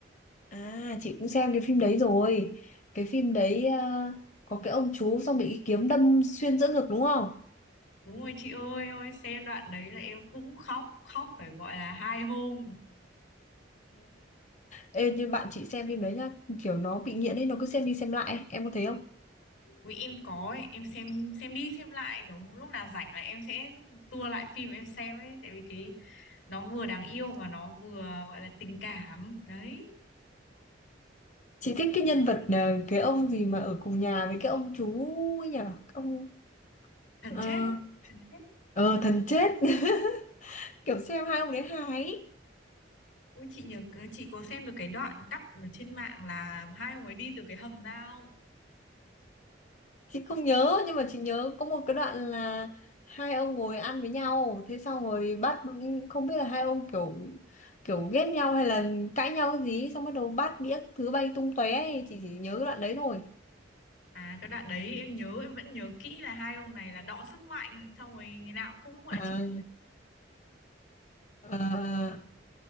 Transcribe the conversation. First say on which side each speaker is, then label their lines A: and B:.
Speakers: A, on the left (about 40°); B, on the left (about 85°).
A: à chị cũng xem cái phim đấy rồi cái phim đấy ờ, có cái ông chú xong bị cái kiếm đâm xuyên giữa ngực đúng không
B: Đúng rồi chị ơi, ôi xem đoạn đấy là em cũng khóc, khóc phải gọi là hai hôm.
A: Ê, như bạn chị xem phim đấy nhá kiểu nó bị nghiện ấy nó cứ xem đi xem lại ấy. Em có thấy không
B: Vì em có ấy, em xem xem đi xem lại kiểu lúc nào rảnh là em sẽ tua lại phim em xem ấy, tại vì cái nó vừa đáng yêu mà nó vừa gọi là tình cảm. Đấy,
A: chị thích cái nhân vật ờ, cái ông gì mà ở cùng nhà với cái ông chú ấy nhở Cái ông
B: thần
A: ờ
B: chết, thần chết.
A: ờ, thần chết <laughs> kiểu xem hai ông đấy hài ấy.
B: Ui chị nhớ ờ, chị có xem được cái đoạn cắt ở trên mạng là hai ông ấy đi từ cái hầm ra không?
A: chị không nhớ nhưng mà chị nhớ có một cái đoạn là hai ông ngồi ăn với nhau thế xong rồi bắt không biết là hai ông kiểu kiểu ghét nhau hay là cãi nhau cái gì ấy. xong bắt đầu bát đĩa các thứ bay tung tóe ấy. chị chỉ nhớ cái đoạn đấy thôi
B: À cái đoạn đấy em nhớ em vẫn nhớ kỹ là hai ông này là đọ sức mạnh xong rồi ngày nào cũng gọi
A: à,
B: là chị
A: à, à,